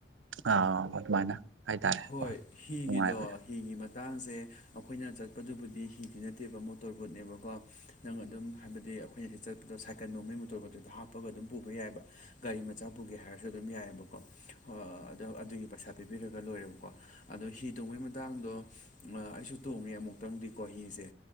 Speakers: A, on the right (about 80°); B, on the left (about 40°).
A: ꯑꯥ ꯑꯗꯨꯃꯥꯏꯅ ꯍꯥꯏꯇꯥꯔꯦꯀꯣ
B: ꯍꯣꯏ ꯍꯤꯒꯤꯗꯣ
A: ꯅꯨꯡꯉꯥꯏꯕꯅꯦ
B: ꯍꯤꯒꯤ ꯃꯇꯥꯡꯁꯦ ꯑꯩꯈꯣꯏꯅ ꯆꯠꯄꯗꯨꯕꯨꯗꯤ ꯍꯤꯗꯤ ꯅꯠꯇꯦꯕ ꯃꯣꯇꯣꯔ ꯕꯣꯠꯅꯦꯕꯀꯣ ꯅꯪ ꯑꯗꯨꯝ ꯍꯥꯏꯕꯗꯤ ꯑꯩꯈꯣꯏꯅ ꯆꯠꯄꯗꯣ ꯁꯥꯏꯀꯜ ꯅꯣꯡꯃꯩ ꯃꯣꯇꯣꯔ ꯕꯣꯇꯨꯗ ꯍꯥꯞꯄꯒ ꯑꯗꯨꯝ ꯄꯨꯕ ꯌꯥꯏꯕ ꯒꯥꯔꯤ ꯃꯆꯥ ꯄꯨꯒꯦ ꯍꯥꯏꯔꯁꯨ ꯑꯗꯨꯝ ꯌꯥꯏꯑꯕꯀꯣ ꯑꯗꯣ ꯑꯗꯨꯒꯤ ꯄꯩꯁꯥ ꯄꯤꯕꯤꯔꯒ ꯂꯣꯏꯔꯕꯀꯣ ꯑꯗꯣ ꯍꯤ ꯇꯣꯡꯕꯒꯤ ꯃꯇꯥꯡꯗꯣ ꯑꯩꯁꯨ ꯇꯣꯡꯉꯦ ꯑꯃꯨꯛꯇꯪꯗꯤꯀꯣ ꯍꯤꯁꯦ